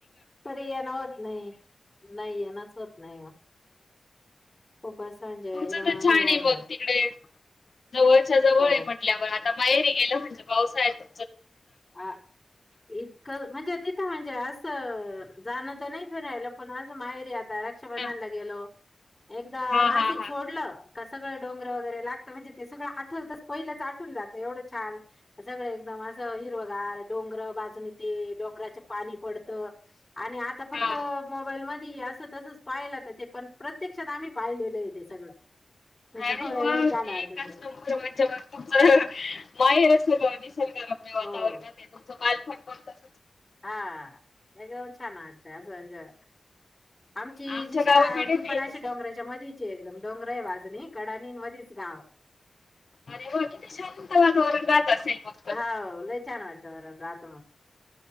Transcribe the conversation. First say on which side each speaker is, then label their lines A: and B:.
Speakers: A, on the left (about 15°); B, on the left (about 55°).
A: तरी येना होत नाही नाही येनाच होत नाही मग खूप असं म्हणजे
B: पुढच
A: एकदम
B: तर छान
A: हे होऊन
B: आहे बघ
A: जात
B: तिकडे जवळच्या जवळ
A: हो
B: आहे म्हटल्यावर आता माहेरी गेलं म्हणजे पावसा येतो
A: ह इतकं म्हणजे तिथं म्हणजे असं जाणं तर नाही फिरायला पण असं माहेर रक्षाबंधनला
B: हा
A: गेलो एकदा
B: हा
A: नाशिक
B: हा हा
A: सोडलं सगळं डोंगर वगैरे लागतं म्हणजे ते सगळं आठवतच पहिलंच आठून जातं एवढं छान सगळं एकदम माझं हिरव गार डोंगर बाजून येते डोंगराच पाणी पडत आणि आता फक्त
B: हा.
A: मोबाईल म असं तसंच पाहाला तर ते पण प्रत्यक्षात आम्ही राहिलेलं आहेेते सगळं त्याच्यामुळे
B: अरे वा
A: एकदम
B: एकाच
A: छान वाटत
B: नंबर म्हणच्या म तुमच माहेर असेल निसर्गरम्य वा
A: हा
B: सवाल फड पण तस
A: हा एकदम छान वाटतंय असं म्हणजे आमची
B: आमच्या
A: जी शाळा
B: गावाकडे
A: आहे ती
B: नाही
A: पण अशी
B: तसं
A: डोंगराच्या मधीची एकदम डोंगर आहे बाजूनी कडानी मध गाव
B: अरे वा किती शांत वातावरण राहत असेल मग तर.
A: हा लय छान आहे वातावरण